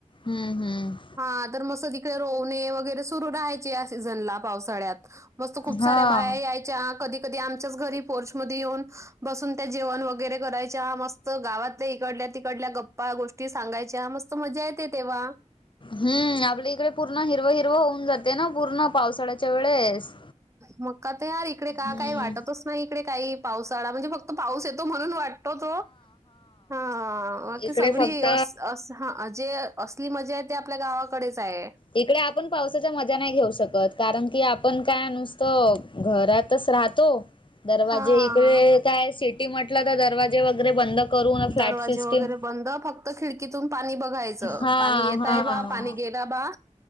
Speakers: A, on the left; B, on the right.
A: हम हम.
B: हा तर मस्त तिकडे रोणे वगैरे सुरू राहायचे या सीझनला पावसाळ्यात मस्त खूप
A: हा
B: साऱ्या बाया याय त्या कधी कधी आमच्याच घरी पोर्च मध्ये येऊन बसून त्या जेवण वगैरे करायच्या मस्त त्या गावातल्या इकडल्या तिकडल्या गप्पा गोष्टी सांगायच्या मस्त मजा येते तेव्हा.
A: हम आपल्या इकडे पूर्ण हिरव हिरवं होऊन जाते, ना पूर्ण पावसाळ्याच्या वेळेस.
B: मग का तर इकडे का
A: हम्म
B: काही वाटतच नाही इकडे काही पावसाळा म्हणजे फक्त पाऊस येतो म्हणून वाट तोच ओ हा आता
A: इकडे
B: सगळी
A: फक्त
B: अस अस हा अजे असली मजा येते आपल्या गावाकडेच आहे.
A: इकडे आपण पावसाच्या मजा नाही घेऊ शकत कारण कि आपण काय नुसतं घरातच राहतो. दरवाजे
B: हां.
A: इकडे काय सिटी म्हटलं तर दरवाजे वगैरे बंद करून फ्लॅट
B: दरवाजे
A: सिस्टीम
B: वगैरे बंद फक्त खिडकीतून पाणी बघायचं
A: हा
B: पाणी येत
A: हा
B: आहे बाब पाणी गेला बा